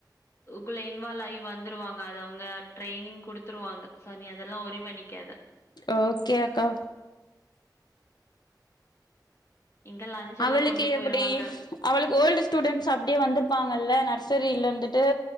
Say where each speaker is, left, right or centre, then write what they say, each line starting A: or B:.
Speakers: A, on the left; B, on the left.
A: குள்ள இன்வால் ஆயி வந்துருவாங்க அது அவுங்க ட்ரைனிங் குடுத்துருவாங்க சோ நீ அதெல்லா ஒரி பண்ணிக்காத
B: ஓகே அக்கா
A: இங்க லஞ்ச்
B: அவளுக்கு
A: எல்லாம் கொண்டு
B: எப்பிடி
A: போயிருவாங்க.
B: அவளுக்கு ஓல்டு ஸ்டூடெண்ட்ஸ் அப்டியே வந்துருப்பாங்கல்ல நர்ஸ் சரில்ல இருந்துட்டு